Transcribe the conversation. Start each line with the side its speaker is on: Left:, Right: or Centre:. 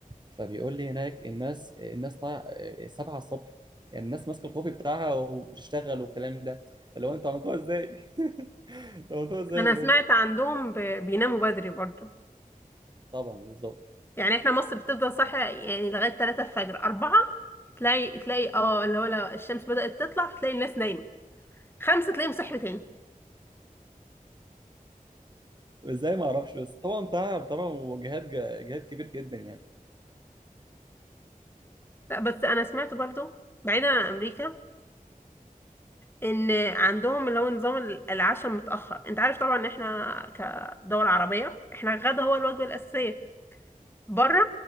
Right: فبيقول لي هناك الناس الناس طالعه آه، 7 الصبح يعني الناس ماسكه الكوفي بتاعها وبتشتغل والكلام ده اللي هو انتوا عملتوها ازاي؟ <laughs> انتوا عملتوها ازاي
Left: انا
Right: بجد؟
Left: سمعت عندهم ب- بيناموا بدري برضه
Right: طبعا بالظبط
Left: يعني احنا مصر بتفضل صاحية يعني لغاية 3 الفجر 4 تلاقي تلاقي اه اللي هو لو الشمس بدأت تطلع فتلاقي الناس نايمة خمسة تلاقيهم صحي تاني
Right: ازاي ما اعرفش بس طبعا تعب طبعا وجهاد جهاد كبير جدا يعني
Left: لا بس انا سمعت برضو بعيدا عن امريكا ان عندهم اللي هو نظام ال- العشاء متأخر انت عارف طبعا ان احنا كدول عربية احنا الغدا هو الوجبة الأساسية بره